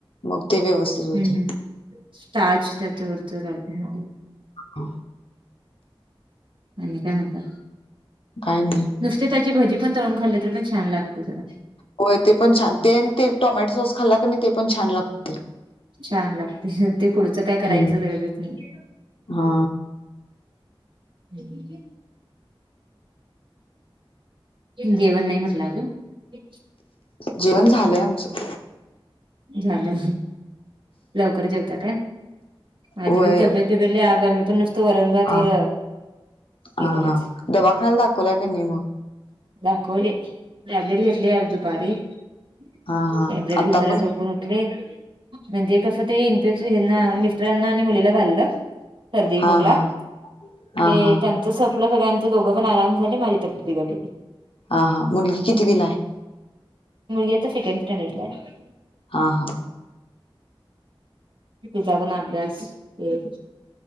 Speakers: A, on the left; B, on the right.
A: मग ते व्यवस्थित होते
B: हम्म हम्म स्टॅच त्याच बरत ह <inaudible>
A: हो
B: आणि काय म्हणता.
A: काही नाही.
B: नुसते त्याची भजी पण तळून खाल्ले तर पण छान लागत जरा.
A: होय ते पण छान ते ते टोमॅटो सॉस खाल्ला का ते. पण छान लागते
B: छान लागते ते पुढचं काय करायचं
A: हम्म
B: गरजच नाही.
A: हा
B: हम् जेवण नाही म्हटलं अजून. अ
A: जेवण झालंय आमचं.
B: झालं लवकर जेवता काय? माझी
A: होय
B: पण तब्येत बीघडल्या आज आम्ही पण नुसतं वरंण भात
A: हा
B: वर.... केलंच
A: हा हा दवाखान्याला दाखवला काय नाही मग.
B: दाखवले टॅब्लेट घेतले दुपारी टॅब्लेट
A: हा हा आता
B: घेऊन जरा
A: पण
B: झो... उठले म्हणजे कसं ते इन्फेक्शन मिस्ट्रांना आणि मुलीला झालेलं. सर्दी खोकला
A: हा हा
B: ते
A: हा हा
B: त्यां.... संपलं बघा ति दोघंपण आराम झाले माझी तब्येत बिघडल.
A: हा हा मुलगी कितीवीला आहे.
B: मुलगी आता सेकन्ड स्टँडरला आहे.
A: हा हा
B: तिचा पण अभ्यास ये.